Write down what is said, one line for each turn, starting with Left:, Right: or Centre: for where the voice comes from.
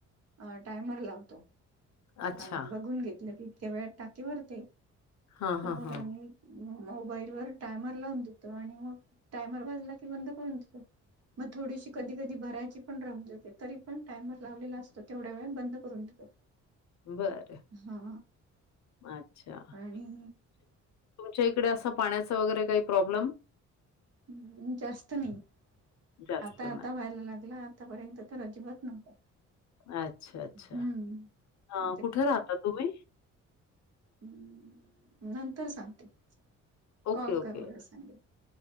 Right: अ टायमर लावतो.
Left: अच्छा.
Right: आम्ही बघून घेतलं, की ईतक्या वेळात टाकी भरते
Left: हां,
Right: तर
Left: हां,
Right: मग
Left: हां.
Right: आम्ही मोबाईल वर टायमर लावून देतो, आणि मग टायमर वाजला की बंद करून देतो. मग थोडीशी कधी कधी भरायची पण राहून जाते तरी पण टायमर लावलेला असतो तेवढ्या वेळात बंद करून देतो.
Left: बरं.
Right: हा,
Left: अच्छा. म्हणजे
Right: आणि
Left: तुमच्या इकडे असं पाण्याच वगैरे काही प्रॉब्लेम?
Right: हम्म जास्त नाही
Left: जास्त
Right: आता,
Left: नाही.
Right: आता व्हायला लागला. आतापर्यंत तर अजिबात नव्हता.
Left: अच्छा, अच्छा
Right: हम्म
Left: अं
Right: ते
Left: कुठे राहता तुम्ही?
Right: हम्म नंतर सांगते.
Left: ओके,
Right: कॉल
Left: ओके,
Right: करूवर सांगेल.